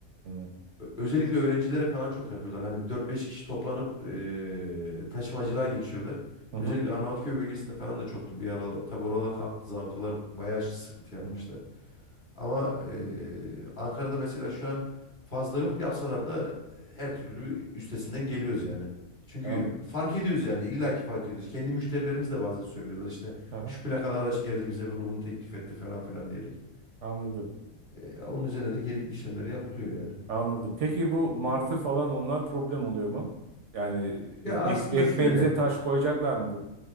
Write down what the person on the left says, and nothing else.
Ö- Özellikle öğrencilere falan çok yapıyorlar. Hani dört beş kişi toplanıp e, taşımacılığa geçiyorlar.
Özellikle
Arnavutköy bölgesinde falan da çoktu bir aralar. Tabii oralar kalktı. Zabıtalar bayağı sıkıntı yapmışlar.
Ama e, Ankara'da mesela şu an fazla yok. Yapsalar da her türlü üstesinden geliyoruz yani. Çünkü
fark ediyoruz yani. illaki fark ediyoruz. Kendi müşterilerimiz de bazen söylüyorlar işte
şu plakalı araç geldi bize bunu bunu teklif etti falan filan diyerek.
Ya onun üzerine de gerekli işlemleri yapılıyor yani.
Ya
aslında
şöyle.